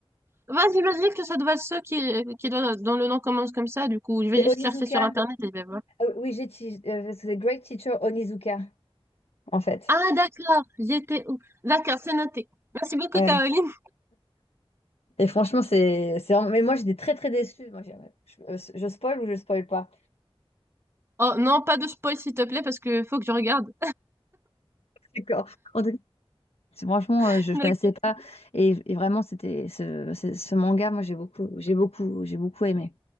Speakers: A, on the right; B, on the left.
A: y j'imagine que ça doit être ceux qui, qui doit, dont le nom commence comme ça. Du coup, je vais
B: C'est
A: juste
B: Onizuka.
A: chercher sur Internet et je vais voir.
B: Ah oui, j'ai- ti- euh, c'est Great Teacher Onizuka, en fait.
A: Ah, d'accord. J'étais où? D'accord, c'est noté. Merci beaucoup,
B: Ouais.
A: Caroline.
B: Et franchement, c'est c'est vraiment... Mais moi, j'étais très, très déçue. Moi, j'ai- je, euh, je spoil ou je spoil pas?
A: Oh, non, pas de spoil, s'il te plaît, parce que faut que je regarde.
B: D'accord. En tout cas, c'est- franchement,
A: <laughs>
B: euh, je,
A: D'accord,
B: ne connaissais pas. Et, et vraiment, c'était ce, ce, ce manga, moi, j'ai beaucoup, j'ai beaucoup, j'ai beaucoup aimé.